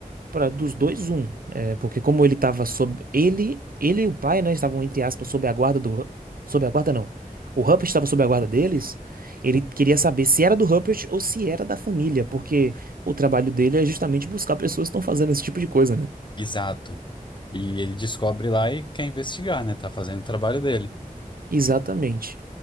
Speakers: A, on the right (about 80°); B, on the left (about 35°).
A: para dos dois um, é, porque como ele estava sob ele, ele e o pai, né, estavam entre aspas sob a guarda do Hu- sob a guarda não. O Rupert estava sob a guarda deles. Ele queria saber se era do Rupert ou se era da família, porque o trabalho dele é justamente buscar pessoas que estão fazendo esse tipo de coisa, né?
B: Exato. E ele descobre lá e quer investigar, né? Tá fazendo o trabalho dele.
A: Exatamente.